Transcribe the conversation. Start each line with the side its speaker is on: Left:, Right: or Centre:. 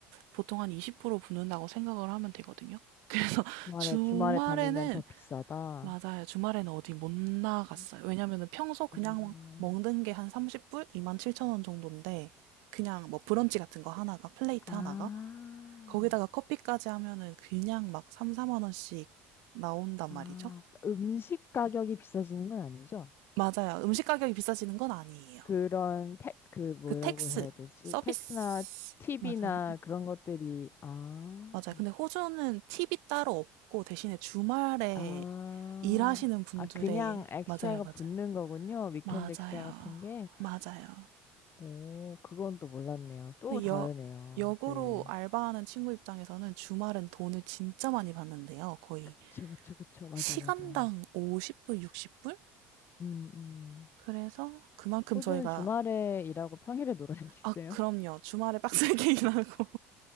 Right: 보통 한 20% 붙는다고 생각을 하면 되거든요. 그래서 <laughs>
Left: 주말에,
Right: 주말에는
Left: 주말에 다니면 더 비싸다.
Right: 맞아요. 주말에는 어디 못 나갔어요.
Left: 음,
Right: 왜냐면은 평소 그냥
Left: 어.
Right: 먹는 게 한 30불? 27,000원 정도인데 그냥 뭐 브런치 같은 거 하나가 플레이트
Left: 아,
Right: 하나가 거기다가 커피까지 하면은 그냥 막 3, 4만 원씩 나온단
Left: 아,
Right: 말이죠.
Left: 음식 가격이 비싸지는 건 아니죠?
Right: 맞아요. 음식 가격이 비싸지는 건 아니에요.
Left: 그런 택, 그 뭐라고
Right: 그 텍스,
Left: 해야 되지?
Right: 서비스
Left: 택스나 팁이나
Right: 맞아요.
Left: 그런 것들이, 아,
Right: 맞아요. 근데 호주는 팁이 따로 없고 대신에 주말에
Left: 아,
Right: 일하시는 분들의
Left: 아, 그냥 엑스트라가
Right: 맞아요, 맞아요.
Left: 붙는 거군요. 위켄드
Right: 맞아요.
Left: 엑스트라 같은 게.
Right: 맞아요.
Left: 오, 그건 또 몰랐네요. 또
Right: 근데
Left: 다르네요.
Right: 여, 역으로
Left: 네.
Right: 알바하는 친구 입장에서는 주말엔 돈을 진짜 많이 받는데요. 거의
Left: 그쵸, 그쵸, 그쵸. 맞아,
Right: 시간당
Left: 맞아.
Right: 50불, 60불?
Left: 음, 음.
Right: 그래서 그만큼
Left: 호주는
Right: 저희가
Left: 주말에 일하고 평일에 놀아야겠네요.
Right: 아, 그럼요. 주말에 빡세게 <laughs> 일하고.